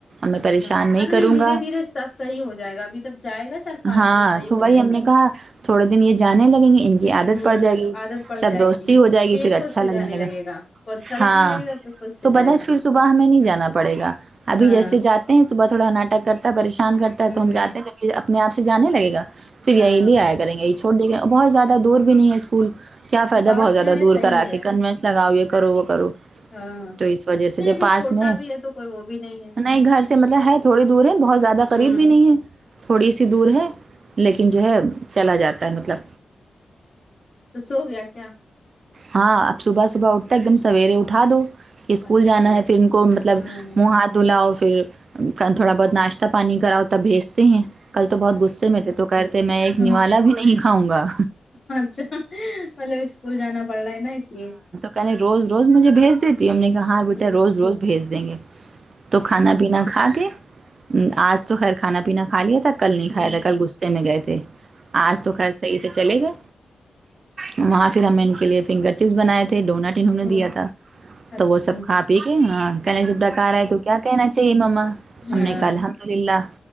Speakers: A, on the right; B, on the left.
A: میں
B: اچھا
A: پریشان
B: ارے
A: نہیں کروں
B: دھیرے
A: گا
B: دھیرے سب صحیح ہو جائے گا ابھی تب جائے گا چار پانچ
A: ہاں
B: دن تب صحیح
A: تو
B: ہو
A: وہی
B: جائے گا
A: ہم نے کہا تھوڑے دن یہ جانے لگیں گے ان کی عادت
B: ہوں
A: پڑ جائے گی
B: عادت پڑ
A: سب
B: جائے
A: دوستی
B: گی
A: ہو جائے گی
B: یہ
A: پھر اچھا
B: خود سے
A: لگنے
B: جانے لگے
A: لگا
B: گا کو اچھا لگنے
A: ہاں
B: لگے گا پھر خود سے
A: تو پتہ
B: جائے
A: ہے
B: گا
A: پھر صبح ہمیں نہیں جانا پڑے گا ابھی
B: ہاں
A: جیسے جاتے ہیں صبح تھوڑا ناٹک کرتے پریشان کرتا
B: ہوں
A: ہے تو ہم جاتے ہیں جب یہ اپنے آپ سے جانے لگے گا پھر یہی
B: ہاں
A: لے آئے گا کریں گے یہ چھوڑ د بہت زیادہ دور بھی نہیں ہے اسکول کیا فائدہ
B: پاس
A: بہت زیادہ
B: میں ہے
A: دور
B: صحیح
A: کرا
B: ہے
A: کے کنوینس لگاؤ یہ کرو وہ کرو
B: ہاں
A: تو اس وجہ سے
B: نہیں
A: جو
B: ابھی
A: پاس
B: چھوٹا
A: میں
B: بھی ہے تو کوئی وہ بھی ہے
A: نہیں گھر سے مطلب ہے تھوڑی دور ہے بہت زیادہ قریب
B: ہوں
A: بھی نہیں ہے تھوڑی سی دور ہے لیکن جو ہے چلا جاتا ہے مطلب
B: تو سو گیا کیا
A: ہاں اب صبح صبح اٹھتا ایک دم سویرے اٹھا دو کہ اسکول
B: اچھا
A: جانا ہے پھر ان کو مطلب
B: ہاں
A: منہ ہاتھ دھلاؤ پھر تھوڑا بہت ناشتہ پانی کراؤ تب بھیجتے ہیں کل تو بہت
B: اچھا
A: غصے میں تھے تو کہتے تھے میں ایک
B: ہ
A: نوالا بھی نہیں کھاؤں گا
B: اچھا مطلب اسکول جانا پڑ رہا ہے نا اس لیے
A: کہہیں روز روز مجھے بھیج دیتی ہم نے کہا ہاں بیٹا
B: ہ
A: روز روز بھیج دیں گے تو کھانا پینا کھا کے آج تو خیر کھانا پینا کھا لیا تھا کل نہیں کھایا
B: اچھا
A: تھا کل غصے میں گئے تھے آج تو خیر صحیح سے چلے گئے وہاں پھر ہمیں ان کے لیے فنگر چپس بنائے تھے ڈونٹ انہوں
B: ہ
A: نے دیا تھا
B: اچھا
A: تو وہ سب کھا پی کے کہنے جب ڈکا آئے تو کیا کہنا چاہیے ماما
B: ہاں
A: ہم نے کہا الحم دللہ